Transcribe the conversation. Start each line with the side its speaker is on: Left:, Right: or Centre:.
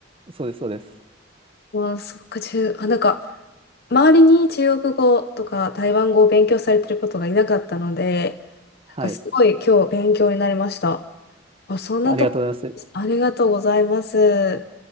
Right: そうです、そうです。
Left: ああ、そっか、中、あ、なんか、周りに中国語とか台湾語を勉強されてることがいなかったので、
Right: はい。
Left: なんかすごい今日勉強になりました。あ、そんなとこ、
Right: ありがとうございます。
Left: ありがとうございます。